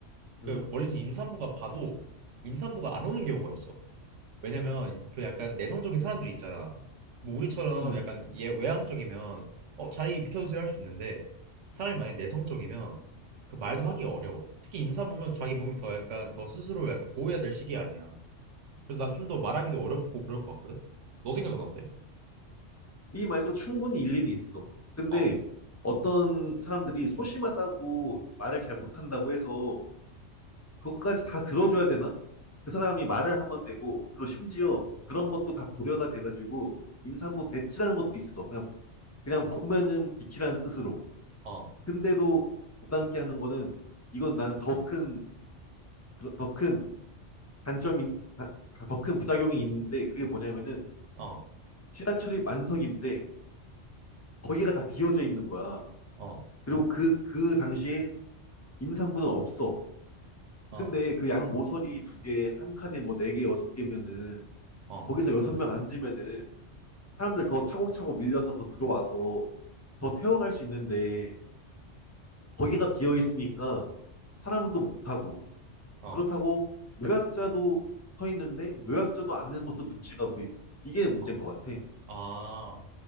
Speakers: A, on the right (about 80°); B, on the left (about 15°).
A: 그
B: 음.
A: 멀리서 임산부가 봐도 임산부가 안 오는 경우가 있어. 왜냐면 그 약간 내성적인 사람들이 있잖아. 뭐 우리처럼
B: 음.
A: 약간 얘 외향적이면 어 자리 비켜주세요 할 수 있는데 사람이 만약에 내성적이면 그 말도 하기 어려워. 특히 임산부면 자기 몸이 더 약간 더 스스로 약간 보호해야 될 시기 아니야. 그래서 난 좀 더 말하기도 어렵고 그럴 것 같거든. 너 생각은 어때?
B: 이 말도 충분히 일리는 있어. 근데
A: 어,
B: 어떤 사람들이 소심하다고 말을 잘 못한다고 해서 그것까지 다 들어줘야 되나? 그 사람이 말을 하면 되고, 그리고 심지어 그런 것도 다 고려가 돼가지고 임산부 배지라는 것도 있어. 그냥, 그냥 보면은 비키라는 뜻으로.
A: 어,
B: 근데도 못 담게 하는 거는 이건 나는 더 큰, 더 큰 단점이 더 큰 부작용이 있는데 그게 뭐냐면은
A: 어,
B: 지하철이 만석인데 거기가 다 비어져 있는 거야.
A: 어,
B: 그리고 그, 그 당시에 임산부는 없어.
A: 어,
B: 근데 그 양 모서리 두 개, 한 칸에 뭐 네 개, 여섯 개면은
A: 어.
B: 거기서 여섯 명 앉으면은 사람들 더 차곡차곡 밀려서 더 들어와서 더 태워갈 수 있는데 거기가 비어 있으니까 사람도 못 타고
A: 어.
B: 그렇다고 노약자도 서 있는데 노약자도 앉는 것도 눈치가 보이고 이게 문제인
A: 어.
B: 것 같아.
A: 아,